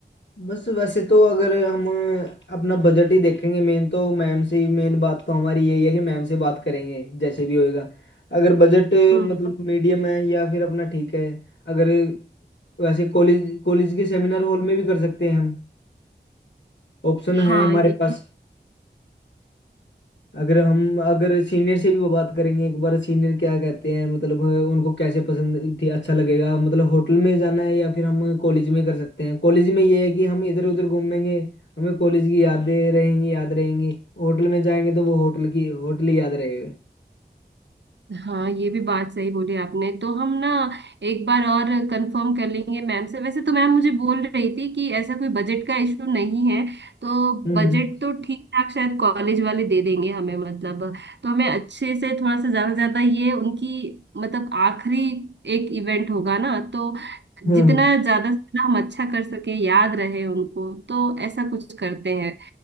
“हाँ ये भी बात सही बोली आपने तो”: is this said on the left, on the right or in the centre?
Right